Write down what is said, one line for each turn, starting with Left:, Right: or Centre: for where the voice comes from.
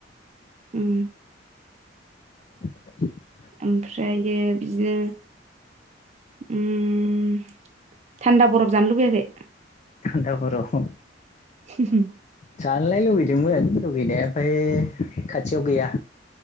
Right: उम
Left: <inaudible>
Right: ओमफ्रायो बिदिनो ओम थान्दा बरफ जानो लुबैयाखै?
Left: थान्दा बरफ
Right: <inaudible>
Left: जानायलाय लुुबैदोंमोन लुगैनाया ओमफ्राय खाथियाव गैया।